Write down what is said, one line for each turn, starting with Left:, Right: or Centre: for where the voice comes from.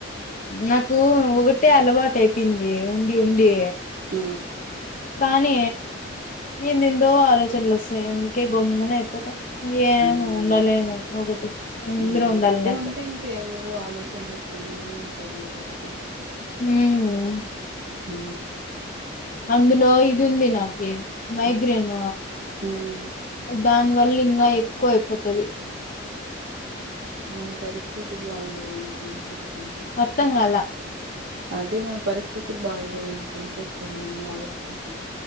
Left: నాకు ఒకటే అలవాటు అయిపోయింది ఉండి ఉండి
Right: ఆ
Left: కానీ ఏంద ఎందో ఆలోచనలు వస్తాయి ఇంకే గొమ్మన అయిపోతా ఏమ
Right: హ్మ్
Left: ఉండాల ఒక అందరూ
Right: హ్మ్
Left: ఉండాలి
Right: ఒకటే
Left: నాకు
Right: ఉంటే ఇంకేవేవో ఆలోచనలు వస్తానే ఉంటా లేదకటి
Left: హ
Right: హ
Left: అందులో ఇది ఉంది నాకి మైగ్రేన్
Right: చేస్తాం హ్మ్
Left: దానివల్ల ఇంకా ఎక్ కోయపోతుది
Right: మం పరిస్థితి బాగలేదుం ఏం చెడి
Left: అర్థ కాల
Right: అదే మన పరిస్థితులు బాగలేవు ఇంకేం చేస్తాన్నాన్ని ఆలోచించి